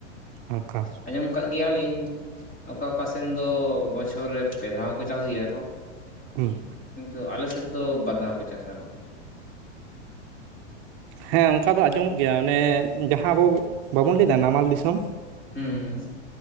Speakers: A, on the right; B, on the left.
A: ᱚᱱᱠᱟ
B: ᱟᱸᱡᱚᱢ ᱠᱫ ᱜᱮᱭᱟᱞᱤᱧ ᱚᱠᱟ ᱚᱠᱟ ᱥᱮᱱ ᱫᱚ ᱵᱚᱪᱷᱚᱨ ᱨᱮ ᱯᱮ ᱫᱷᱟᱣ ᱦᱚᱸ ᱠᱚ ᱪᱟᱥ ᱜᱮᱭᱟ ᱠᱚ
A: ᱦᱩᱸ
B: ᱠᱤᱱᱛᱩ ᱟᱞ ᱥᱮᱫ ᱫᱚ ᱵᱟᱨᱫᱷᱟᱣ ᱠᱚ ᱪᱟᱥᱟ
A: ᱦᱮᱸ ᱚᱱᱠᱟ ᱫᱚ ᱟᱸᱡᱚᱢᱚᱜ ᱜᱮᱭᱟ ᱚᱱᱮ ᱡᱟᱦᱟᱸ ᱟᱵᱚ ᱵᱟᱵᱚᱱ ᱞᱟᱹᱭ ᱮᱫᱟ ᱱᱟᱢᱟᱞ ᱫᱤᱥᱚᱢ
B: ᱦᱩᱸ ᱦᱩᱸ